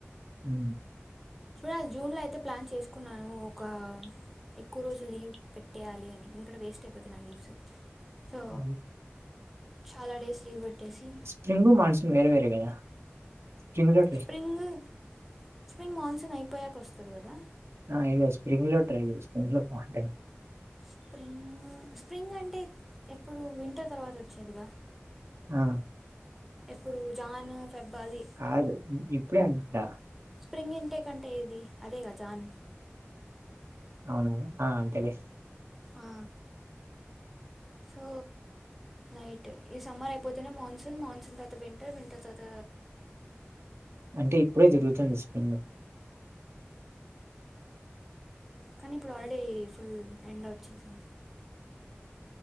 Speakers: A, on the right; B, in the centre.
A: ఉ
B: చూడాలి జూన్ లో అయితే ప్లాన్ చేసుకున్నాను ఒక ఎక్కువ రోజులు లీవ్ పెట్టేయాలి అని ఎందుకంట వేస్ట్ అయిపోతున్నా లీవ్స్ సో
A: అవు
B: చాలా డేస్ లీవ్ పెట్టేసి
A: స్ప్రింగు మన్సూన్ వే వేగాద రంగ్ట
B: స్ప్రింగ్ స్ప్రింగ్ మాన్సూన్ అయిపోయాక వస్తుంది కదా
A: ఆ ఇది స్ప్రింగ్ లో టప్రింగ్ లో పోంట
B: స్ప్రింగ్ స్ప్రింగ్ అంటే ఎప్పుడు వింటర్ తర్వాత వచ్చేదిగా
A: ఆ
B: ఇప్పుడు జాన్ ఫెబ్ అది
A: కాదు ఇప్పుడే అనుకుంటా
B: స్ప్రింగ్ ఇంటేక్ అంటే ఏది అదే క చాను
A: అవున ఆ అ తెలిస్తు
B: ఆ సో నైట్ ఈ సమ్మర్ అయిపోతేనే మాన్సూన్ మాన్సూన్ తర్త వింటర్ వింటర్ తర్త
A: అంటే ఇప్పుడే జరుగుతుంది విస్పంగా
B: కానీ ఇప్పుడు ఆల్రెడీ ఫుల్ ఎండ్ వచ్చేసింది